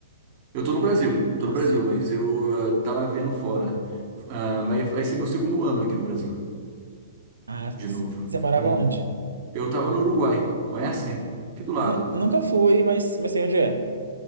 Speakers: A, on the right; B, on the right.
A: Eu tô no Brasil, tô
B: Ah,
A: no Brasil,
B: sim.
A: mas eu ah, tava vivendo fora. Ah, vai, vai ser meu segundo ano aqui no Brasil,
B: Ah,
A: de novo.
B: você morava
A: Uhum.
B: onde?
A: Eu tava no Uruguai, conhecem? Aqui do lado.
B: Nu- nunca fui, mas, mas sei onde é.